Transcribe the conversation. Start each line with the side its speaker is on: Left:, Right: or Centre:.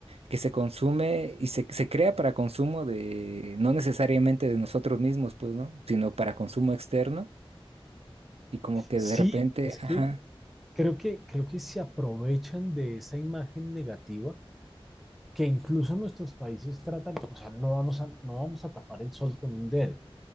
Right: que se consume y se, se crea para consumo de, no necesariamente de nosotros mismos, pues, ¿no? Sino para consumo externo y como que
Centre: Sí,
Right: de repente,
Centre: es
Right: ajá,
Centre: que creo que, creo que se aprovechan de esa imagen negativa que incluso nuestros países tratan, o sea, no vamos a, no vamos a tapar el sol con un dedo.